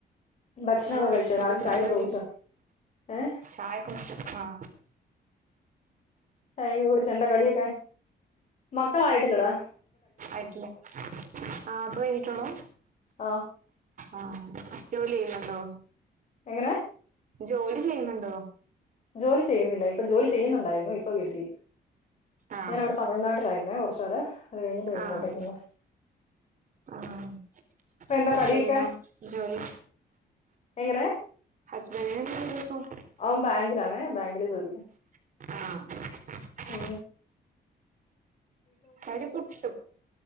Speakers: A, on the left (about 40°); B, on the right (about 50°).
A: ഭക്ഷണമൊക്കെ
B: ഇങ്ങളോ
A: കഴിച്ചോ
B: എന്താ
A: രാവിലെ
B: പരുപാടി
A: ചായയൊക്കെ കുടിച്ചോ ഏ
B: ചായയൊക്കെ കുടി ആ
A: ചായ ഒക്കെ കുടിച്ച് എന്താ കടിയൊക്കെ മക്കളായിട്ടിലടാ
B: ആയിട്ടിലെ ആ ഇപ്പം കഴിഞ്ഞട്ടേ ഉള്ളൂ
A: ആ
B: ആ ജോലി ചെയ്യുന്നുണ്ടോ
A: എങ്ങനെ
B: ജോലി ചെയ്യുന്നുണ്ടോ
A: ജോലി ചെയ്യുന്നില്ലേ ജോലി ചെയ്യുന്നുണ്ടായിരുന്നു ഇപ്പോൾ വീട്ടില്
B: ആഹ്
A: ഞാനവിടെ തമിഴ്നാട്ടിൽ ആയിരുന്നു കുറച്ചുകാല് അതുകഴിഞ്ഞ് പിന്നെ
B: ആഹ്
A: ഇങ്ങോട്ടേക്ക് മാറി
B: ആഹ്
A: ഇപ്പം എന്താ
B: ഹസ്ബന്റിനോ
A: കടിയൊക്കെ
B: ജോലി
A: എങ്ങനെ
B: ഹസ്ബന്റിനു ജോലിയില്ലേ ഇപ്പം
A: അവൻ ബാങ്കിലാണ് ബാങ്കില് ജോലിക്ക്
B: ആ
A: മ്
B: കടി പുട്ടും